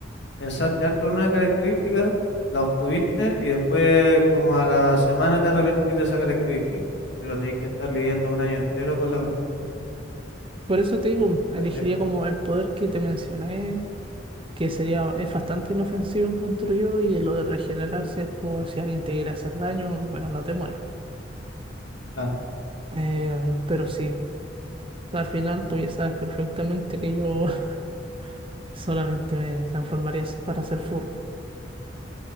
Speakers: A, on the left; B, on the right.
A: Pensaste harto en una característica, la obtuviste y después como a la semana te arrepentís de esa característica. Pero tenés que estar lidiando un año entero con la cuestión.
B: Por eso te digo, elegiría
A: ¿Cachai?
B: como el poder que te mencioné, que sería, es bastante inofensivo, encuentro yo, y lo de regenerarse es por si alguien te quiere hacer daño, bueno, no te mueres.
A: Claro.
B: Em, pero sí, al final tú ya sabes perfectamente que yo <laughs> solamente me transformaría s- para ser furro.